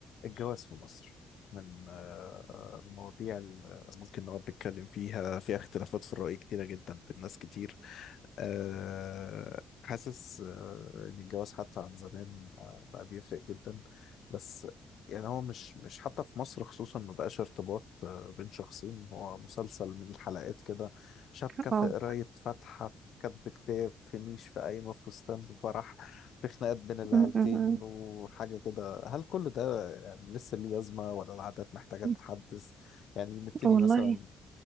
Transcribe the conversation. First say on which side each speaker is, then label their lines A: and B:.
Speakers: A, on the left; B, on the right.
A: الجواز في مصر من آه، المواضيع اللي ممكن نقعد نتكلم فيها فيها اختلافات في الرأي كتيرة جدا بين ناس كتير آه، حاسس آه، إن الجواز حتى عن زمان آه، بقى بيفرق جدا بس يعني هو مش مش حتى في مصر خصوصا ما بقاش ارتباط آه، بين شخصين هو مسلسل من الحلقات كده شبكة
B: يتفاعل
A: في قراية فاتحة في كتب كتاب في نيش في قايمة في فستان في فرح في خناقات بين العيلتين
B: م- م-
A: وحاجة كده فهل كل ده يعني لسه ليه لازمة ولا العادات محتاجة
B: م.
A: تتحدث يعني نبتدي
B: والله
A: مثلا